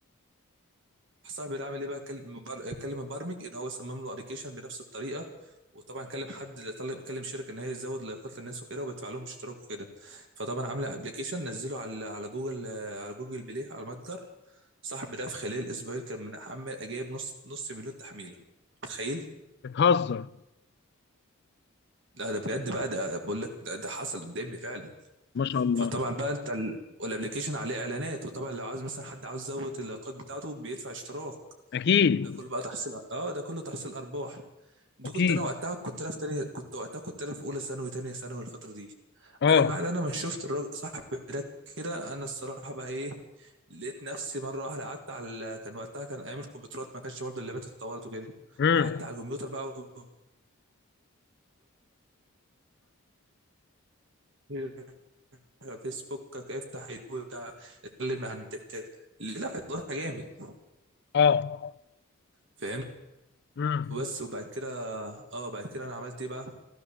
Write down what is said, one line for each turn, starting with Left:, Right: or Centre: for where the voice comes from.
Right: صاحبي ده عمل ايه بقى كلم مبر... كلم مبرمج ان هو صمم له ابلكيشن بنفس الطريقه وطبعا كلم حد طلب كلم شركه ان هي تزود لايكات للناس وكده وبيدفع لهم اشتراك وكده فطبعا عامل ابلكيشن نزله على على جوجل على جوجل بلاي على المتجر صاحبي ده في خلال اسبوعين كان من عمال جايب نص نص مليون تحميله متخيل
Left: بتهزر
Right: لا ده بجد بقى ده بقول لك ده, ده حصل قدامي فعلا
Left: ما شاء الله
Right: فطبعا بقى انت ال- والابليكيشن عليه اعلانات وطبعا لو عاوز مثلا حد عاوز يزود اللايكات بتاعته بيدفع اشتراك
Left: اكيد
Right: ده كله بقى تحصيل اه ده كله تحصيل ارباح دي
Left: اكيد
Right: كنت انا وقتها كنت انا في تانية كنت وقتها كنت انا في اولى ثانوي تانية ثانوي الفتره دي
Left: اه
Right: انا من بعد انا ما شفت الراجل صاحبي ده كده انا الصراحه بقى ايه لقيت نفسي مره واحده قعدت على ال- كان وقتها كان ايام الكمبيوترات ما كانش برضه اللابات اتطورت وكده
Left: امم
Right: قعدت على الكمبيوتر بقى وبفتح بقى فيسبوكك افتح يوتيوب بتاع اتكلم عن بتاع لا اتغير جامد
Left: اه
Right: فاهمت
Left: امم
Right: بس وبعد كده اه بعد كده انا عملت ايه بقى